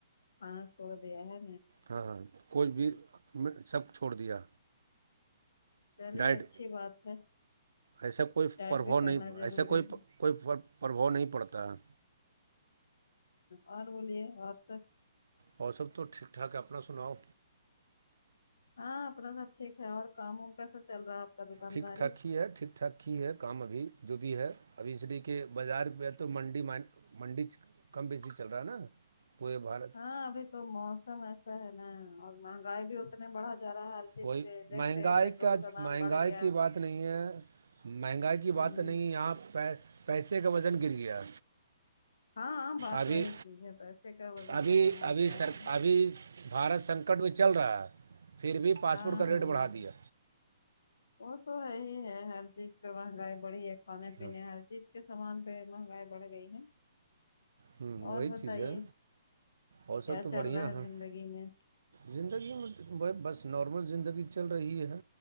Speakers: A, on the left; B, on the right.
A: کھان چھوڑ دیا ہے
B: ہاں ہاں کوئی بھی میں سب چھوڑ دیا
A: چلیے
B: ڈائٹ
A: اچھی بات ہے
B: ایسا کوئی
A: ڈائٹ
B: پرفار
A: بھی
B: نہیں
A: کرنا ضروری
B: ایسا کوئی
A: ہے
B: کوئی پربھؤ نہیں پڑتا ہے
A: اور بولیے اور سب
B: موسب تو ٹھیک ٹھاک اپنا سناؤ
A: ہاں اپنا سب ٹھیک ہے اور کام ووم کیسا چل رہا ہے کا دکانداری
B: ٹھیک ٹھاک ہی ہے ٹھیک ٹھاک ہی ہے کام ابھی جو بھی ہے ابھی اس لیے کہ بازار پہ منڈی م منڈی کم بیسی چل رہا ہے نا کوئی بر
A: ہاں ابھی تو موسم ایسا ہے نا اور مہنگائی بھی اتنے بڑھا جا رہا ہے چیز
B: ہوئی
A: پہ دیکھ
B: مہنگائی
A: رہے ہیں پیٹرول
B: کا
A: دام
B: مہنگائی
A: بڑھ گیا
B: کی بات نہیں ہے مہنگائی
A: ہاں
B: کی بات نہیں یہاں پیس پیسے کا وزن گر گیا
A: ہاں بات
B: ابھی
A: وہی چیز ہے پیسے کا وزن
B: ابھی
A: ختم ہو
B: ابھی
A: گیا
B: سر
A: ہے
B: ابھی بھارت سنکٹ میں چل رہا ہے پھر بھی پاسپورٹ
A: ہاں
B: کا ریٹ
A: ہاں
B: بڑھا دیا
A: وہ تو ہےی ہے ہر چیز پہ مہنگائی بڑی ہے کھانے پینے
B: ہ
A: ہر چیز کے سامان پہ مہنگائی بڑھ گئی ہے
B: ہوں وہی
A: اور بتائیے
B: چیز ہے اور
A: کیا
B: سب تو بڑھیا
A: چل رہا
B: ہے
A: زندگی میں
B: زندگی میں بس نارمل زندگی چل رہی ہے